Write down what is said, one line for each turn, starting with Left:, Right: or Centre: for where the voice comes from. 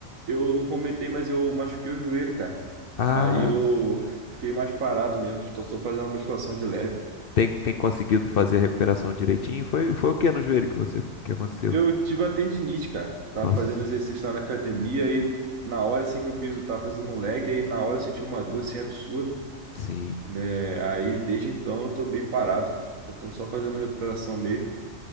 Right: eu não comentei, mas eu machuquei o joelho, cara.
Left: Ah,
Right: Aí eu
Left: sim.
Right: fiquei mais parado mesmo, só tô fazendo uma musculação de leve.
Left: Tem, tem conseguido fazer a recuperação direitinho? Foi, foi o que no joelho que você, que aconteceu?
Right: Eu tive a tendinite, cara. Tava
Left: Nossa,
Right: fazendo exercício lá na academia e na hora assim que eu fiz, eu tava fazendo um leg, aí na hora eu senti uma dor assim absurda.
Left: sim.
Right: né? Aí desde então eu tô bem parado, tentando só fazendo recuperação mesmo.